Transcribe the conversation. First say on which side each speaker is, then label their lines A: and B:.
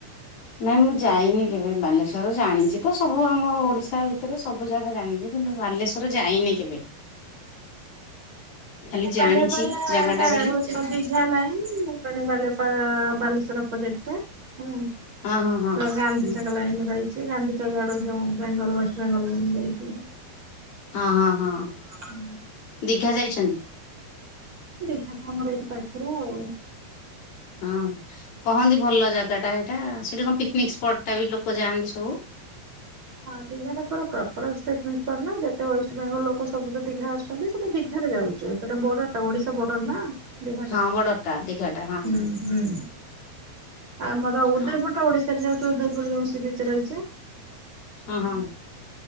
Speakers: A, on the left; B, on the right.
A: ନାଇଁ ମୁଁ ଯାଇନି କେବେ ବାଲେଶ୍ଵର, ଜାଣିଛି ତ ସବୁ ଆମ ଓଡିଶା ତା ଭିତରେ ସବୁ ଜାଗା ଜାଣିଲି, କିନ୍ତୁ ବାଲେଶ୍ଵର ଯାଇନି କେବେ? ଖାଲି
B: <unintelligible>
A: ଜାଣିଛି
B: ହଉଛି
A: ଜାଗା ଟା ବୋଲି
B: ଦିଘା ଲାଇନ। <unintelligible> ଗଲେ ପା ବାଲେଶ୍ଵର ପ୍ରୋଜେକ୍ଟରେ। ହୁଁ ମୁଁ
A: ହଁ ହଁ ହଁ
B: ଗାନ୍ଧି ଛକ ଲାଇନ୍ ରେ ରହି ସେଇ ଗାନ୍ଧି ଛକ ଆଡ଼କୁ ଯୋଉ ବେଙ୍ଗଲ ୱେଷ୍ଟବେଙ୍ଗଲ ନେଇ ଯାଇଛିି
A: ହଁ ହଁ ହଁ।
B: ହୁଁ।
A: ଦୀଘା ଯାଇଛନ୍ତି?
B: ଦୀଘା ତ ଆମର ଏଇଠି ପାଖରେ ଆଉ।
A: ହଁ। କହନ୍ତି ଭଲ ଜାଗାଟା। ସେଇଟା ସେଠି କଣ ପିକନିକ ସ୍ପଟ ଟା ବି ଲୋକ ଯାଆନ୍ତି ସବୁ?
B: ଦୀଘାଟା ପୁରା ପ୍ରପର୍ ସେଇ ସେଣ୍ଟର ନା ଯେତେ ୱେଷ୍ଟବେଙ୍ଗଲ ଲୋକ ସବୁ ତ ଦୀଘା ଆସୁଛନ୍ତି, ସେଇଟା ଦୀଘାରେ ଯାଉଚି ଆଉ ସେଇଟା ବର୍ଡର ଟା ଓଡିଶା ବର୍ଡର ନା। ଦୀଘା
A: ହଁ
B: ଟା
A: ବଡଟା ଦିଘାଟା ହଁ
B: ହୁଁ ହୁଁ। ଆମର ଉଦୟପୁରଟା
A: ହଁ
B: ଓଡିଶାରେ ଯାଉଛି, ଉଦୟପୁର ଯୋଉଁ ସି ବିଚ ରହିଛି। ହୁଁ।
A: ହଁ ହଁ